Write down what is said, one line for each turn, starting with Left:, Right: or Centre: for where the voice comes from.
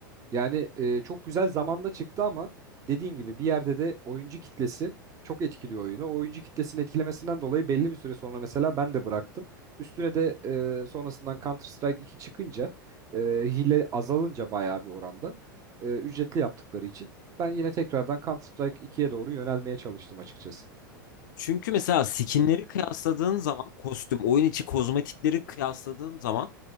Right: Yani e, çok güzel zamanda çıktı ama dediğin gibi bir yerde de oyuncu kitlesi çok etkiliyor oyunu. O Oyuncu kitlesinin etkilemesinden dolayı belli bir süre sonra mesela ben de bıraktım. Üstüne de e, sonrasından Counter Strike 2 çıkınca e, hile azalınca bayağı bir oranda e, ücretli yaptıkları için ben yine tekrardan Counter Strike 2'ye doğru yönelmeye çalıştım açıkçası.
Left: Çünkü mesela skinleri kıyasladığın zaman kostüm, oyun içi kozmetikleri kıyasladığın zaman